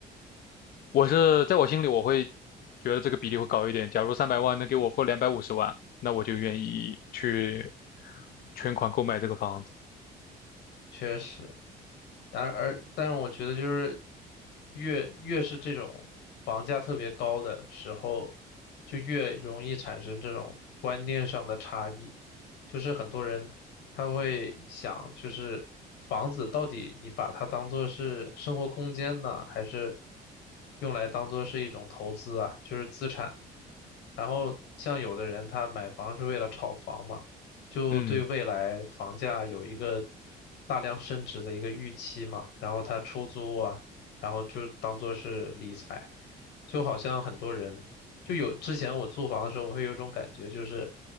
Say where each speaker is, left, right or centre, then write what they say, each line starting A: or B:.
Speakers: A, on the left; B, on the left.
A: 我是在我心里我会觉得这个比例会高一点。假如三百万能给我付两百五十万，那我就愿意去全款购买这个房子。
B: 确实。然而，但是我觉得就是越越是这种房价特别高的时候，就越容易产生这种观念上的差异。就是很多人他会想，就是房子到底你把它当做是生活空间呢，还是用来当做是一种投资啊，就是资产。然后像有的人他买房是为了炒房嘛。就对未来房价有一个
A: 嗯，
B: 大量升值的一个预期嘛，然后他出租啊，然后就当做是理财，就好像很多人就有之前我租房的时候，我会有一种感觉，就是